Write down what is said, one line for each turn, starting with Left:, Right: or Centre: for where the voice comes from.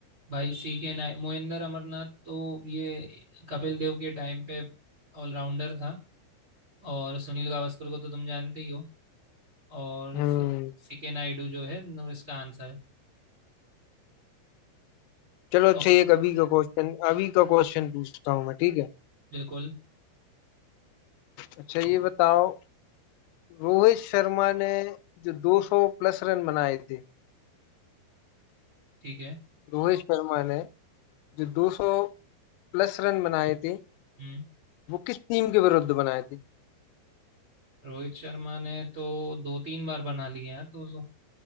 Right: भाई सी के नाय मोहिंदर अमरनाथ तो ये कपिल देव के टाइम पे ऑलराउंडर था और सुनील गावस्कर को तो तुम जानते ही हो और
Left: हम्म
Right: सी के नायडू जो है नो इसका आंसर है
Left: चलो
Right: और
Left: अच्छा ये अभी का क्वेश्चन अभी का क्वेश्चन पूछता हूँ मैं ठीक है
Right: बिल्कुल
Left: अच्छा ये बताओ रोहित शर्मा ने जो 200 प्लस रन बनाए थे
Right: ठीक है
Left: रोहित शर्मा ने जो 200 प्लस रन बनाए थे
Right: हम्म
Left: वो किस टीम के विरुद्ध बनाए थे
Right: रोहित शर्मा ने तो दो तीन बार बना लिए हैं तो